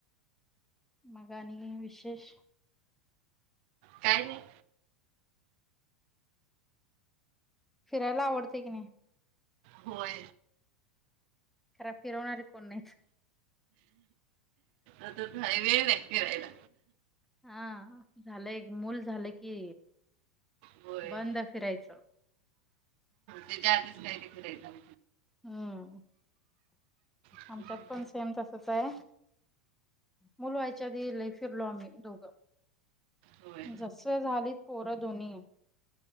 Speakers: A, in the centre; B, on the right.
A: मग आणी काय विशेष?
B: काय नाही.
A: फिरायला आवडतेय की.
B: होय.
A: खरा फिरवणारे कोण नाहीत.
B: आता वेळ नाही फिरायला.
A: हा झालंय एक मूल झालं की
B: होय
A: बंद फिरायचं.
B: जे ते आधीचं काय ते फिरायचं.
A: हम्म
B: हम्म,
A: आमच्यात पण सेम तसचं आहे. मुल व्हायच्या आधी लई फिरलो आम्ही दोघं.
B: होय
A: जसं झालीत पोरं दोन्ही